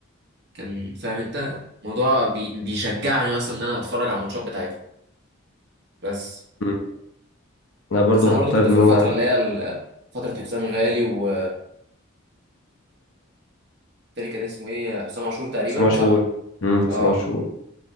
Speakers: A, on the right; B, on the left.
A: فكان فاهم انت الموضوع بي... بيشجعني اصلا ان انا اتفرج على الماتشات بتاعتهم بس
B: مم. انا برضو
A: بس انا
B: هضطر
A: برضو كنت
B: ان
A: في الفتره
B: انا
A: اللي هي ال- فتره حسام غالي و التاني كان اسمه ايه حسام عاشور تقريبا
B: سما
A: صح
B: شهور امم
A: اه
B: سما شهور